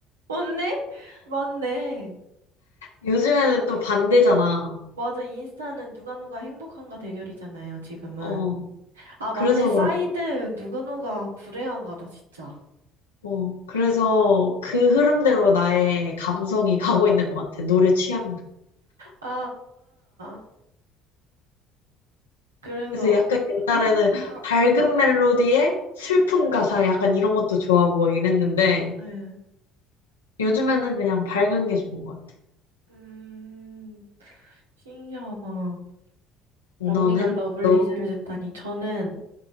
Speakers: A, on the right (about 80°); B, on the left (about 80°).
A: 맞네? 맞네.
B: 요즘에는 또 반대잖아.
A: 맞아. 인스타는 누가 누가 행복한가 대결이잖아요, 지금은.
B: 어,
A: 아,
B: 그래서
A: 맞네. 사이드
B: 그런,
A: 누가 누가 불행한가다, 진짜.
B: 어, 그래서 그 흐름대로 나의 감성이 가고 있는 것 같아. 노래 취향.
A: 아, 아. 그래서
B: 그래서 약간 옛날에는
A: 행복, 해가
B: 밝은
A: 어?
B: 멜로디에 슬픈
A: 음,
B: 가사 약간 이런 것도 좋아하고 막 이랬는데
A: 예.
B: 요즘에는 그냥 밝은 게 좋은 것 같아.
A: 음, 신기하다.
B: 너는?
A: 언니가 러블리즈를
B: 너,
A: 듣다니. 저는